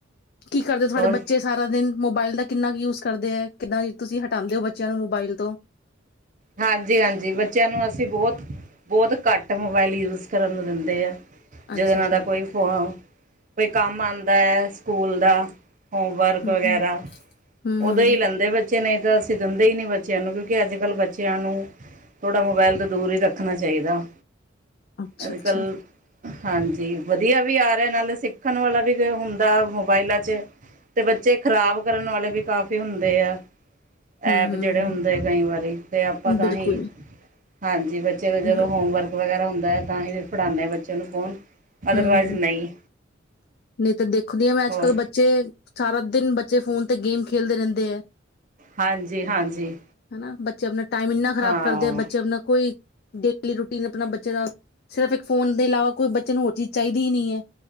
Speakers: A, on the left (about 50°); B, on the right (about 40°).
A: ਕੀ ਕਰਦੇ ਤੁਹਾਡੇ
B: ਹੋਰ
A: ਬੱਚੇ ਸਾਰਾ ਦਿਨ ਮੋਬਾਇਲ ਦਾ ਕਿੰਨਾ ਕੁ ਯੂਜ ਕਰਦੇ ਹੈ ਕਿੱਦਾਂ ਤੁਸੀਂ ਹਟਾਉਂਦੇ ਹੋ ਬੱਚਿਆਂ ਨੂੰ ਮੋਬਾਇਲ ਤੋਂ।
B: ਹਾਂਜੀ ਹਾਂਜੀ ਬੱਚਿਆਂ ਨੂੰ ਅਸੀਂ ਬਹੁਤ ਬਹੁਤ ਘੱਟ ਮੋਬਾਇਲ ਯੂਜ ਕਰਨ ਨੂੰ ਦਿੰਦੇ ਹਾਂ।
A: ਅੱਛਾ
B: ਜੋਂਨਾਂ
A: ਅੱਛਾ
B: ਦਾ ਕੋਈ ਫ ਕੋਈ ਕੰਮ ਆਂਦਾ ਦਾ ਹੈ ਸਕੂਲ ਦਾ ਹੋਮ ਵਰਕ
A: ਹਮ
B: ਵਗੈਰਾ
A: ਹਮ ਹਮ
B: ਉਦੋਂ
A: ਹਮ
B: ਹੀ ਲੈਂਦੇ ਬੇ ਬੱਚੇ ਨਹੀਂ ਤਾਂ ਅਸੀਂ ਦਿੰਦੇ ਹੀ ਨਹੀਂ ਬੱਚਿਆਂ ਨੂੰ ਕਿਉਂਕਿ ਅੱਜ ਕੱਲ੍ਹ ਬੱਚੇ ਬੱਚਿਆਂ ਨੂੰ ਥੋੜ੍ਹਾ ਮੋਬਾਇਲ ਤੋਂ ਦੂਰ ਹੀ ਰੱਖਣਾ ਚਾਹੀਦਾ।
A: ਅੱਛਾ
B: ਅੱਜ
A: ਅੱਛਾ।
B: ਕੱਲ੍ਹ ਹਾਂਜੀ ਵਧੀਆ ਵੀ ਆ ਰਿਹਾ ਨਾਲੇ ਸਿੱਖਣ ਵਾਲਾ ਵੀ ਹੁੰਦਾ ਮੋਬਾਇਲਾਂ ਚ ਤੇ ਬੱਚੇ ਖ਼ਰਾਬ ਕਰਨ ਵਾਲੇ ਵੀ ਕਾਫੀ ਹੁੰਦੇ ਆ।
A: ਹਮ
B: ਐਪ
A: ਹਮ
B: ਜਿਹੜੇ ਹੁੰਦੇ ਕਈ ਵਾਰੀ ਆਪਾਂ ਤਾਂ
A: ਬਿਲਕੁਲ
B: ਹੀ ਹਾਂਜੀ ਬੱਚੇ ਜਦੋਂ
A: ਬ-
B: ਹੋਮਵਰਕ ਵਗੈਰਾ ਹੁੰਦਾ ਹੈ ਤਾਂ ਅਸੀ ਫ ਪੜਾਉਂਦੇ ਆ ਬੱਚੇ ਨੂੰ ਫੋਨ ਅਦਰਵਾਈਜ਼
A: ਹਮ ਹਮ
B: ਨਹੀਂ
A: ਨਹੀਂ ਤਾਂ ਦੇਖਦੀ ਹ ਮੈਂ ਅੱਜ
B: ਹੋਰ
A: ਕੱਲ ਬੱਚੇ ਸਾਰਾ ਦਿਨ ਜ ਫੋਨ ਤੇ ਗੇਮ ਖੇਲਦੇ ਰਹਿੰਦੇ ਹੈ
B: ਹਾਂਜੀ ਹਾਂਜੀ
A: ਹਨਾ ਬੱਚੇ ਆਪਣਾ ਟਾਈਮ ਇੰਨਾ ਖਰਾਬ
B: ਹਾਂ
A: ਕਰਦੇ ਆ ਬੱਚੇ ਆਪਣਾ ਕੋਈ ਡੇਲੀ ਰੂਟੀ ਆਪਣਾ ਬੱਚੇ ਦਾ ਸਿਰਫ ਇੱਕ ਫੋਨ ਇਲਾਵਾ ਕੋਈ ਬੱਚੇ ਨੂੰ ਚਾਹੀਦੀ ਨੀ ਹੈ।